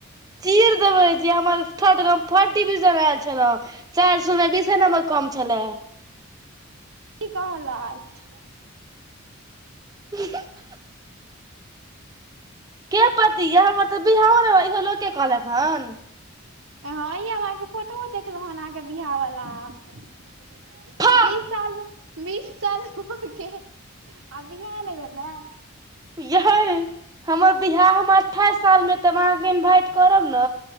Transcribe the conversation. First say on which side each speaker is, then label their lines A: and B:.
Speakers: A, on the right; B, on the right.
A: चीर देबय जे हमर थर्ड क हम फट डिवीज़न आएल छलय। चार समें बीसे नंबर कम छला।
B: ई कहलैथ? <inaudible>
A: <unintelligible> के पत इहा पर तऽ बिहाओ नै होइ, इहो लोके कहलैथ हन
B: हँ यै हम अहाँके फोटोहो देखलौं हन, अहाँके बिहा बला <unintelligible>
A: फा
B: बीस साल भ, बीस साल भ गेल आ बिहा नै भेला
A: यै <inaudible> हमर बिहा हम अठाइस सालमे त हम अहाँके इन्वाइट करब न